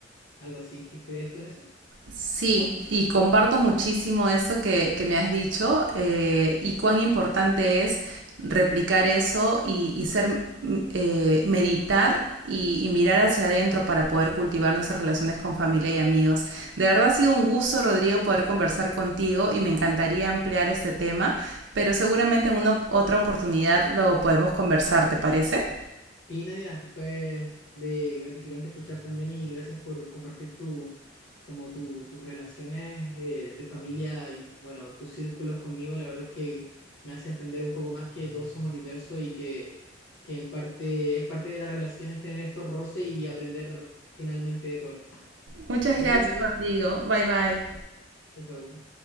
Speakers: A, on the left; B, on the right.
A: algo así. <laughs> ¿Crees tú en eso?
B: Sí, y comparto muchísimo eso que, que me has dicho eh, y cuán importante es replicar eso y, y ser, mm, eh, meditar y, y mirar hacia adentro para poder cultivar nuestras relaciones con familia y amigos. De verdad ha sido un gusto, Rodrigo, poder conversar contigo y me encantaría ampliar este tema, pero seguramente en una otra oportunidad lo podemos conversar, ¿te parece?
A: Y Nadia, fue de gratificante escuchar también y gracias por compartir tu, como tu- tus relaciones eh, de familia y bueno, tus círculos conmigo. La verdad es que me hace entender un poco más que todos somos diversos y que, que en parte es parte de las relaciones tener estos roces y aprender finalmente de todo esto.
B: Muchas
A: Que
B: gracias,
A: te vaya muy bien.
B: Rodrigo. Bye bye.
A: Chao, chao.